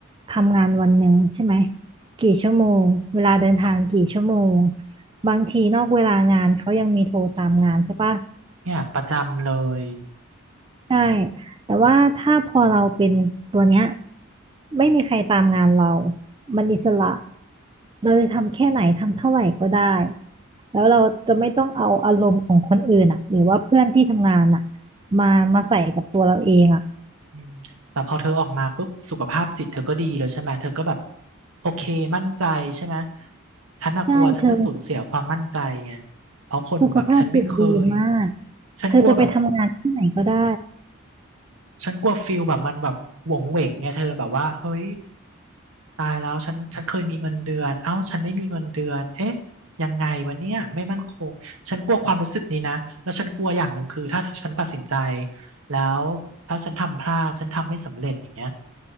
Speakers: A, on the right (about 20°); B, on the right (about 70°).
A: ทำงานวันหนึ่งใช่ไหมกี่ชั่วโมงเวลาเดินทางกี่ชั่วโมงบางทีนอกเวลางานเขายังมีโทรตามงานใช่ปะ
B: เนี่ยประจำเลย
A: ใช่แต่ว่าถ้าพอเราเป็นตัวเนี้ยไม่มีใครตามงานเรามันอิสระ
B: อืม
A: เราจะทำแค่ไหนทำเท่าไหร่ก็ได้แล้วเราจะไม่ต้องเอาอารมณ์ของคนอื่นอ่ะหรือว่าเพื่อนที่ทำงานอ่ะมามาใส่กับตัวเราเองอ่ะ
B: อืมแต่พอเธอออกมาปุ๊บสุขภาพจิตเธอก็ดีแล้วใช่ไหมเธอก็แบบโอเคมั่นใจใช่ไหมฉันน่ะกลัวฉันจะสูญเสียความมั่นใจไง
A: ใช่เธอ
B: เพราะคนแบบฉันไม่เคย
A: สุขภาพจิตดีมาก
B: ฉันกลัวแบบ
A: เธอจะไปทำงานที่ไหนก็ได้
B: ฉันกลัวฟิลแบบมันแบบหวงเหวงไงเธอแบบว่าเฮ้ย ตายแล้วฉันฉันเคยมีเงินเดือนเอ้าฉันไม่มีเงินเดือนเอ๊ะยังไงวะเนี่ยไม่มั่นคงฉันกลัวความรู้สึกนี้นะแล้วฉันกลัวอย่างหนึ่งคือถ้าฉันตัดสินใจแล้วถ้าฉันทำพลาดฉันทำไม่สำเร็จอย่างเงี้ย